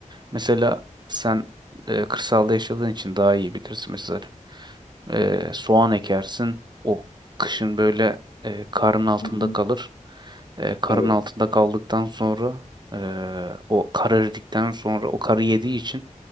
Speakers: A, on the right; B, on the left.
A: Mesela sen eee, kırsalda yaşadığın için daha iyi bilirsin. Mesela Ee, soğan ekersin. O kışın böyle e, karın altında
B: Hı hı,
A: kalır. E, karın
B: evet.
A: altında kaldıktan sonra e, o kar eridikten sonra o karı yediği için